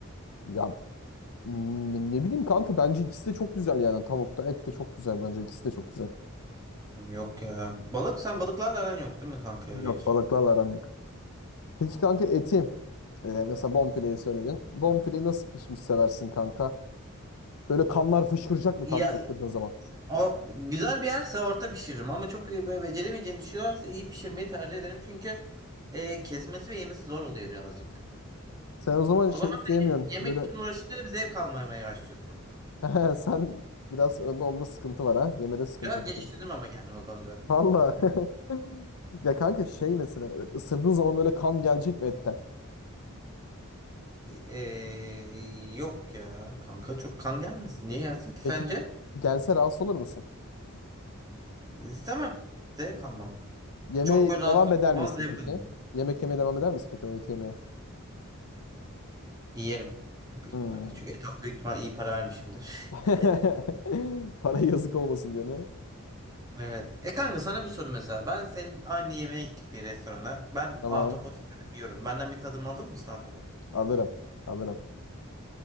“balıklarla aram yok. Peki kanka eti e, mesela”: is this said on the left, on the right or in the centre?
Left